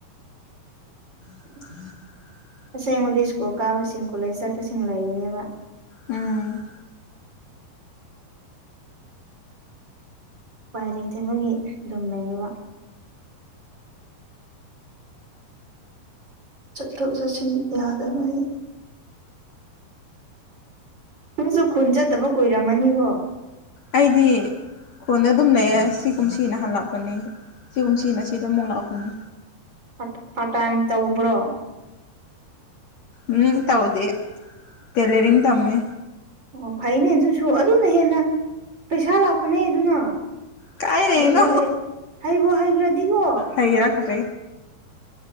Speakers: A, on the right (about 25°); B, on the left (about 50°).
A: <inaudible>
B: <unintelligible>
A: ꯇꯁꯦꯡꯕꯗꯤ ꯁ꯭ꯀꯨꯜ ꯀꯥꯕꯁꯤꯡ ꯀꯣꯂꯦꯖ ꯆꯠꯄꯁꯤꯡ ꯂꯩꯕꯅꯦꯕ
B: ꯎꯝ
A: ꯎ ꯄꯥꯏꯔꯩꯊꯕꯒꯤ ꯑꯗꯨꯝ ꯂꯩꯔꯨꯕ ꯆꯠꯊꯣꯛ ꯆꯠꯁꯤꯟ ꯌꯥꯗꯕ ꯅꯪꯁꯨ ꯈꯨꯟ ꯆꯠꯇꯕ ꯀꯨꯏꯔꯝꯃꯅꯤꯕꯣ
B: ꯑꯩꯗꯤ ꯈꯣꯟꯅ ꯑꯗꯨꯝ ꯂꯩꯌꯦꯦ ꯁꯤꯒꯨꯝ ꯁꯤꯅ ꯍꯜꯂꯛꯄꯅꯤ ꯁꯤꯒꯨꯝ ꯁꯤꯅ ꯁꯤꯗ ꯃꯣꯛꯛꯂꯛꯄꯅꯤ
A: ꯄ ꯄꯥꯇ ꯑꯦꯇ ꯑꯣꯕ꯭ꯔꯣ
B: ꯎꯝ ꯇꯧꯗꯤ ꯇꯦꯂꯔꯤꯡ ꯇꯝꯃꯤ
A: ꯑꯣ ꯐꯩꯅꯦ ꯑꯗꯨꯁꯨ ꯑꯗꯨꯅ ꯍꯦꯟꯅ ꯄꯩꯁꯥ ꯂꯥꯛꯄꯅꯦ ꯑꯗꯨꯅ
B: ꯀꯥꯏꯗꯩꯅꯣ
A: ꯍꯩꯕꯣ ꯍꯩ ꯍꯩꯕꯣ ꯍꯩꯈ꯭ꯔꯗꯤꯉꯣ
B: ꯊꯌꯦ ꯔꯛꯗ